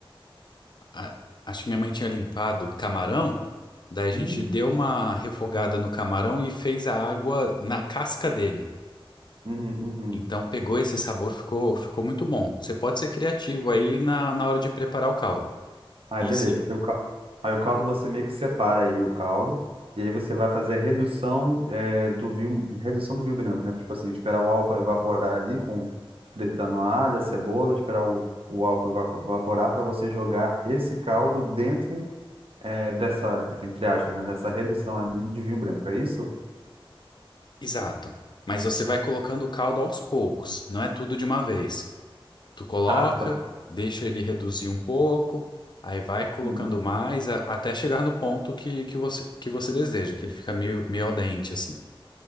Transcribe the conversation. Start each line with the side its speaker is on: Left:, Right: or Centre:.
Left: a- acho que minha mãe tinha limpado camarão, daí a
Right: Hum,
Left: gente deu uma refogada no camarão e fez a água na casca dele.
Right: Uhum, uhum.
Left: Então pegou esse sabor, ficou, ficou muito bom. Você pode ser criativo aí na, na hora de preparar o caldo.
Right: Aí,
Left: E
Right: beleza.
Left: sim.
Right: Eu, ca- aí o caldo você meio que separa aí o caldo e aí você vai fazer a redução é, do vinho, redução do vinho branco, né? Tipo assim, esperar o álcool evaporar ali com fritando a alho, a cebola, esperar o, o álcool eva- evaporar para você jogar esse caldo dentro é, dessa, entre aspas, né? Dessa redução ali de vinho branco, é isso?
Left: Exato. Mas você vai colocando o caldo aos poucos, não é tudo de uma vez. Tu coloca,
Right: Ah,
Left: deixa ele reduzir um pouco, aí vai colocando
Right: então.
Left: mais a- até chegar no ponto que, que você, que você deseja, que ele fica meio, meio al dente, assim.